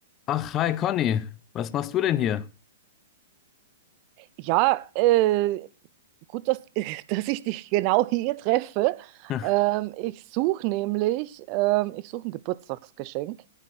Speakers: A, on the left; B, on the right.
A: Ach, hi Conny, was machst du denn hier?
B: Ja, äh, gut, dass, <laughs> dass ich dich genau hier treffe.
A: <laughs>
B: Ähm, ich suche nämlich, ähm, ich suche ein Geburtstagsgeschenk